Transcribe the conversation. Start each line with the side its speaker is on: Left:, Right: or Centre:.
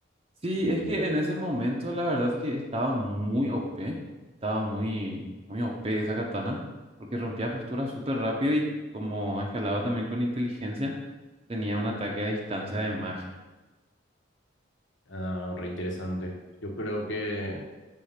Right: Sí,
Left: Y
Right: es que en ese momento la verdad que estaba muy OP, estaba muy, muy OP esa katana, porque rompía posturas súper rápido y como escalaba también con inteligencia, tenía un ataque a distancia de magia.
Left: ah, re interesante. Yo creo que